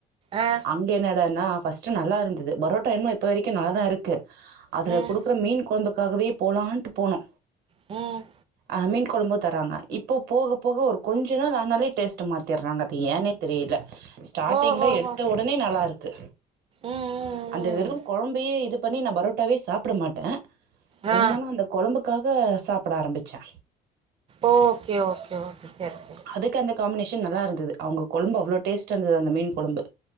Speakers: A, on the right; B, on the right.
A: ஆ
B: அங்கே என்னடான்னா ஃபஸ்டு நல்லாருந்தது பரோட்டா என்ன இப்போ வரைக்கு நல்லதா இருக்கு அதுல
A: ம்
B: குடுக்குற மீன் கொழம்புக்காகவே போலான்ட்டு போனோ
A: ம்
B: ஆ மீன் கொழம்பு தராங்க இப்போ போக போக ஒரு கொஞ்ச நாள் ஆனாலே டேஸ்ட்ட மாத்திறாங்க அது ஏன்னே தெரியல ஸ்டார்டிங்ல
A: ஓ ஹோ
B: எடுத்த
A: ஹோ
B: உடனே நல்லாருக்கு
A: ம்
B: அந்த வெறும்
A: ம்
B: கொழம்பையே இது பண்ணி நா பரோட்டாவே சாப்ட மாட்டே
A: ம்
B: இருந்தாலு
A: ஆ
B: அந்த கொழம்புக்காக சாப்ட ஆரம்பிச்சே
A: ஓகே ஓகே ஓகே சரி சரி
B: அதுக்கு அந்த காமினேஷன் நல்லா இருந்தது அவுங்க கொழம்பு அவ்ளோ டேஸ்டா இருந்தது அந்த மீன் கொழம்பு